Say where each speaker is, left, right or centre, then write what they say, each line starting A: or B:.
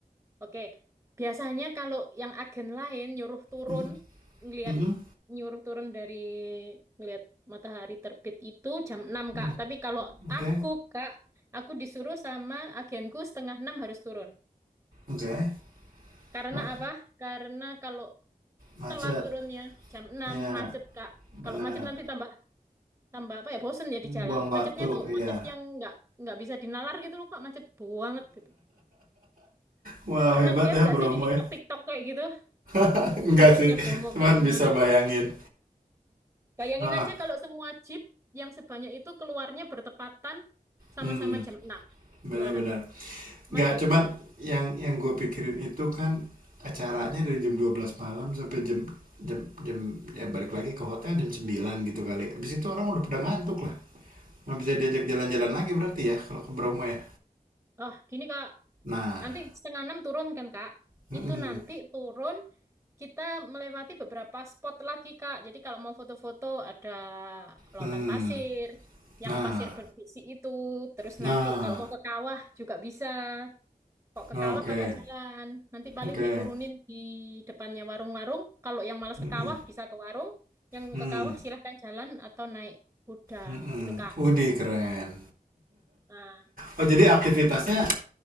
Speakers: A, on the right (about 20°); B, on the right (about 65°).
A: oke. Biasanya kalau yang agen lain nyuruh turun,
B: Mm,
A: ngelihat
B: mm,
A: nyuruh turun dari ngelihat matahari terbit itu jam 6,
B: mm.
A: Kak. Tapi kalau
B: oke
A: aku, Kak, aku disuruh sama agenku setengah 6 harus turun.
B: oke
A: Karena
B: Ma-
A: apa? Karena kalau
B: macet
A: telat turunnya jam enam
B: Ya,
A: macet, Kak.
B: benar.
A: Kalau macet nanti tambah tambah apa ya bosen ya di jalan
B: Buang waktu,
A: macetnya tuh macet
B: ya.
A: yang nggak nggak bisa dinalar gitu loh kak macet banget gitu
B: Wow,
A: pernah
B: hebat
A: ngeliat
B: ya
A: nggak
B: Bromo
A: sih di TikTok
B: ya.
A: TikTok kayak gitu
B: <laughs> Enggak
A: macetnya
B: sih,
A: Bromo
B: cuman
A: kayak gimana
B: bisa bayangin.
A: bayangin
B: Ah,
A: aja kalau semua jeep yang sebanyak itu keluarnya bertepatan sama-sama
B: hmm,
A: jam 6,
B: benar-benar.
A: gimana
B: Enggak,
A: macet
B: cuman
A: kan
B: yang yang gue pikirin itu kan acaranya dari jam 12 malam sampai jam jam jam ya balik lagi ke hotel jam 9 gitu kali. Habis itu orang udah pada ngantuk lah. Nggak bisa diajak jalan-jalan lagi berarti ya kalau ke Bromo ya.
A: oh gini kak
B: Nah,
A: nanti setengah enam turun kan kak
B: mm-mm,
A: itu nanti turun Kita melewati beberapa spot lagi, Kak. Jadi kalau mau foto-foto ada lautan
B: hmm,
A: pasir, yang
B: nah,
A: pasir berbisi itu. Terus
B: nah,
A: nanti kalau mau ke kawah juga bisa. Kok ke
B: oke,
A: kawah kakak jalan. Nanti paling
B: oke.
A: diturunin di depannya warung-warung. Kalau yang malas
B: Mm-mm.
A: ke kawah bisa ke warung. Yang
B: Hmm,
A: ke kawah silahkan jalan atau naik kuda.
B: mm-mm.
A: Itu, Kak.
B: Widih, keren.
A: Nah,
B: Oh jadi aktivitasnya